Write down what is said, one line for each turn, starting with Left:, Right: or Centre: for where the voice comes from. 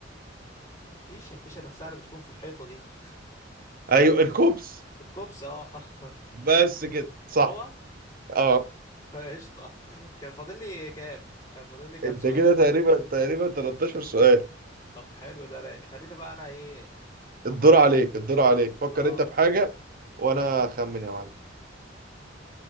Left: الفيشه الفيشه نفسها اللي بتكون في الحيطه دي
Right: ايوه الكوبس
Left: الكوبس اه <laughs>
Right: بس كده صح
Left: هو
Right: اه
Left: <laughs> قشطة كان فاضل لي كام كان فاضل لي كام
Right: انت
Left: سؤال
Right: كده تقريبا تقريبا 13 سؤال
Left: طب حلو ده رايق خلينا بقى انا ايه
Right: الدور
Left: افكرك
Right: عليك الدور عليك
Left: اه
Right: فكر
Left: اه
Right: انت في حاجه وانا اخمن يا معلم